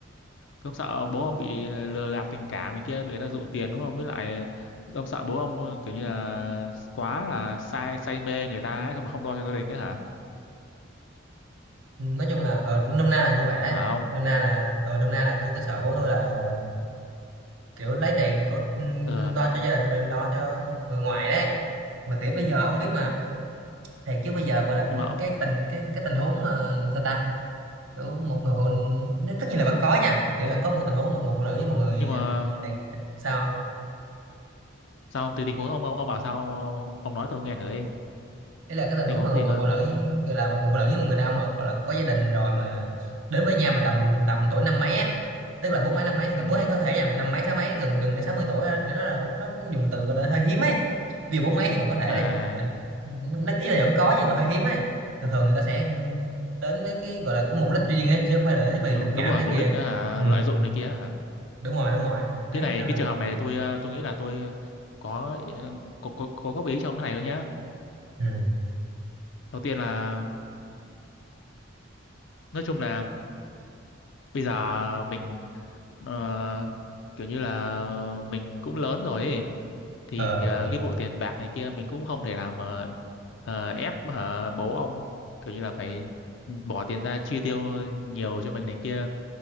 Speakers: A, on the left; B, on the right.
A: ông sợ bố ông bị lừa gạt tình cảm này kia bị người ta dụ tiền đúng không với lại ông sợ bố ông kiểu như là quá là say say mê người ta ấy xong mà không lo cho gia đình ấy hả
B: ừ, nói chung là ở nôm na là như vậy đấy
A: phải không
B: nôm na là ở nôm na là kiểu tôi sợ bố tôi là kiểu lấy tiền của ừ,
A: ừ.
B: lo cho gia đình rồi lo cho người ngoài đấy mà kiểu bây giờ ông biết mà thì chứ bây giờ gọi là
A: nhưng mà ông
B: cái tình cái cái tình huống mà sao ta kiểu một người phụ nó tất nhiên là vẫn có nha kiểu vẫn có một tình huống một người phụ nữ với một người
A: nhưng mà
B: à, đàn sao
A: sao thì tình huống ông ông ông bảo sao ông, ông, ông nói tôi nghe thử đi
B: đấy là cái tình
A: tình
B: huống
A: huống
B: mà một
A: gì
B: người
A: cơ
B: phụ nữ gọi là một người phụ nữ với một người đàn ông mà gọi là có gia đình rồi mà đến với nhau mà tầm tầm tuổi năm mấy á tức là bốn mấy năm mấy thì có
A: ừ
B: bốn hay có thể nha mà năm mấy sáu mấy gần gần đến sáu mươi tuổi á, thì nó là nó dùng từ gọi là hơi hiếm ấy vì bốn mấy thì còn có thể
A: à à.
B: đi mình nó- ý là vẫn có nhưng mà hơi hiếm ấy thường thường người ta sẽ đến với cái gọi là có mục đích riêng ấy chứ không phải là đến vì
A: Đú-
B: tình cảm
A: đúng rồi
B: này
A: mục
B: kia
A: đích á hả
B: ừ
A: lợi dụng này kia hả
B: đúng rồi đúng rồi đấy
A: cái này
B: nên
A: cái
B: là
A: trường hợp này tôi ờ, tôi nghĩ là tôi có ờ, có có, có góp ý cho ông cái này thôi nhá
B: ừ
A: đầu tiên là nói chung là bây giờ mình ờ, kiểu như là mình cũng lớn rồi ấy. thì
B: ờ
A: ờ,
B: ờ
A: cái vụ tiền bạc này kia mình cũng không thể nào mà ờ, ép hả, bố ông kiểu như là phải bỏ tiền ra chi tiêu nhiều cho mình này kia